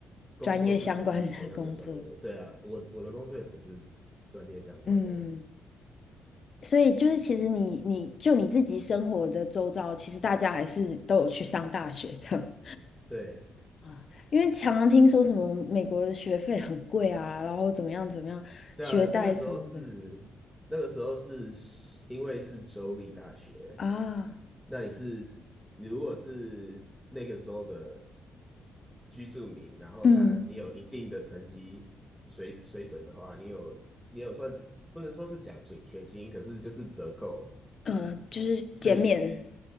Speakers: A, in the centre; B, on the left.
A: 工作，
B: 专业相关的工作，
A: 是不是同样的专业？对啊，我我的工作也不是专业相关的。
B: 嗯。所以就是，其实你你就你自己生活的周遭，其实大家还是都有去上大学的。
A: 对，
B: 啊，因为常常听说什么美国的学费很贵啊，然后怎么样怎么样，
A: 那那个时候是那个时候是
B: 学贷什么的
A: 因为是州立大学，
B: 啊，
A: 那你是你如果是那个州的居住民，然后他你有一定的成绩水水准的话，
B: 嗯，
A: 你有你有算不能说是奖学学金，可是就是折扣，
B: 呃，就是减免，
A: 所以